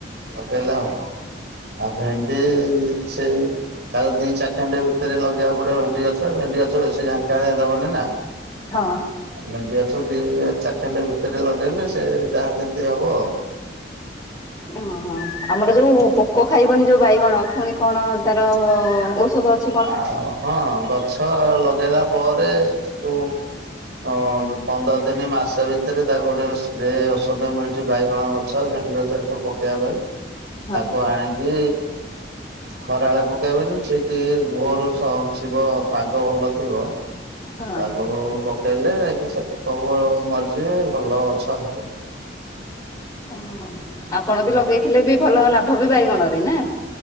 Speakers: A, on the right; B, on the left.
A: ଲଗେଇଲେ ହବ। ଆଉ ଭେଣ୍ଡି ସେଇ। ତାକୁ ଦି ଚାଖେଣ୍ଡେ ଭିତରେ ଲଗେଇବାକୁ ପଡିବ ଭେଣ୍ଡି ଗଛ ଭେଣ୍ଡି ଗଛ ବେଶୀ ଝଙ୍କାଳିଆ ଦବନି ନା।
B: ହଁ।
A: ଭେଣ୍ଡି ଗଛ ଦି ଚାଖେଣ୍ଡେ ଭିତରେ ଲଗେଇଲେ ସେ ଯାହା ଯେମିତି ହବ ଆଉ।
B: ଏ ହଁ ହଁ ଆମର ଯୋଉ ପୋକ ଖାଇବନି ଯୋଉ ବାଇଗଣ ପୁଣି। କଣ ତାର ଔଷଧ ଅ
A: ଆ ହଁ ଗଛ ଲଗେଇଲା ପରେ ତାକୁ। ହଁ ପନ୍ଦର ଦିନି ମାସେ ଭିତରେ ତାକୁ ଗୋଟେ ସ୍ପ୍ରେ ଔଷଧ ମିଳୁଛି ବାଇଗଣ। ଛ ଭେଣ୍ଡି ଗଛ ରେ ସବୁ ପକେଇବା ପାଇଁ।
B: <inaudible>
A: ତାକୁ ଆଣିକି ଖରା ବେଳେ ପକେଇବେନି ଠିକ। ଇ ଭୋରୁ ସ ଥିବ ପାଗ ଭଲ ଥିବ।
B: ହଁ।
A: ତାକୁ ପକେଇଲେ ଯାଇକି ସେ <unintelligible> ମରିଯିବେ ଭଲ ଗଛ ହବ।
B: ଏ ହଁ ହଁ ହଁ ଆପଣ ବି
A: ହଁ
B: ଲଗେଇଥିଲେ ବି ଭଲ ଲାଭ ବି ବାଇଗଣରେ ନା।